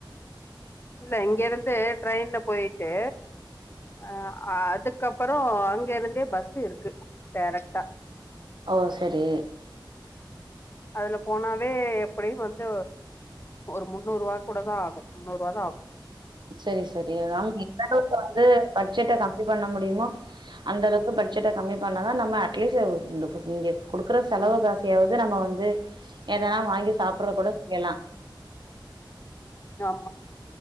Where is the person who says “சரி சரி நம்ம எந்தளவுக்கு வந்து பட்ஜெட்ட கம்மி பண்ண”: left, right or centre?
Right